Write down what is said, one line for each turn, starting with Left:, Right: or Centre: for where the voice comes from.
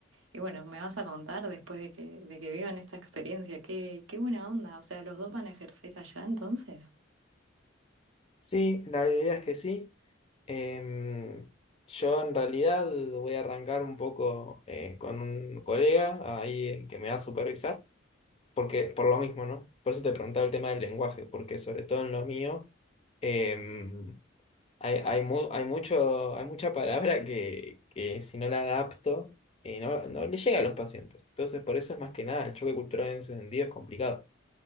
Right: y bueno, me vas a contar después de que, de que vivan esta experiencia, qué, qué buena onda. O sea, ¿los dos van a ejercer allá entonces?
Left: sí, la idea es que sí. Em, yo en realidad voy a arrancar un poco eh, con un colega ahí eh, que me va a supervisar, porque por lo mismo, ¿no? Por eso te preguntaba el tema del lenguaje, porque sobre todo en lo mío em, Hay, hay, mu- hay mucho, hay mucha palabra que, que si no la adapto, eh, no, no le llega a los pacientes. Entonces, por eso es más que nada, el choque cultural en ese sentido es complicado.